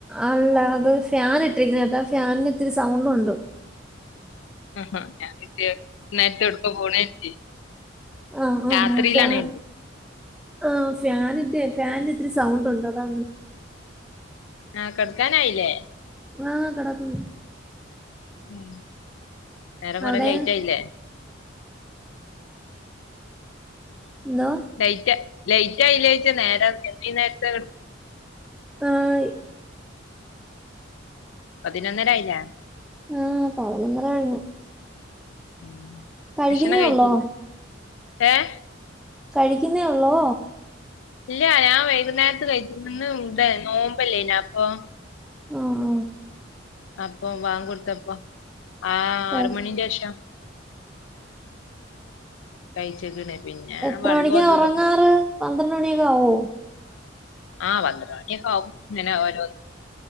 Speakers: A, in the centre; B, on the left.
A: അല്ല അത് ഫ്യാന് ഇട്ടിരിക്കുന്ന കേട്ടാ ആ ഫ്യാനിന് ഇത്തിരി സൗണ്ട് ഉണ്ട്
B: അഹ് ആ ട്ട ഞാൻ കരുതി കുട്ടിനെറ്റ് എവടക്കാ പോണ് കരുതി
A: ആഹ്
B: രാത്രിയിലാണ്
A: ആഹ് ഫാൻ ആഹ് ഫ്യാനിന്റെ ഫാനിന് ഇത്തിരി സൗണ്ട് ഉണ്ട് അതാ
B: ആഹ് കടക്കാനായില്ലേ
A: ആഹ് കടക്കുന്നു
B: ഉം നേരം
A: അവിടെ
B: കുറെലെയ്റ്റായില്ലേ
A: എന്തോ
B: ലൈറ്റ് ലൈറ്റആയില്ലേ ചോയിച്ച നേരംഈ നേരത്
A: ഹായ്
B: പതിനൊന്നരായില്ലേ
A: ആഹ് പതിനൊന്നര കഴിഞ്ഞു
B: ഉം
A: കഴിക്കുന്നേ
B: ഭക്ഷണം കഴിച്ചില്ലേ
A: ഒള്ളൂ
B: ഏഹ്
A: കഴിക്കുന്നേ ഉള്ളോ
B: ഇല്ല ഞാൻ വൈകുന്നേരത്ത് കഴിച്ചിന്ന് ഇന്ന് ഇവിടെ നോമ്പല്ലെയിന്നോ അപ്പൊ
A: ഉം
B: അപ്പൊ വാങ്ക് കൊടുത്തപ്പ ആ
A: കഴി
B: ആറ്മണിന്റെഷം കഴിച്ചേക്കണ് പിന്നെ
A: എത്ര
B: വള്ളും
A: മണിക്കാ
B: അതും
A: ഉറങ്ങാറ്
B: ഇതൊക്കെ
A: പന്ത്രണ്ട് മണിയക്കാവോ?
B: ആഹ്! വന്നു പണിയൊക്കെ ആവും ഇങ്ങനെ ഓരോ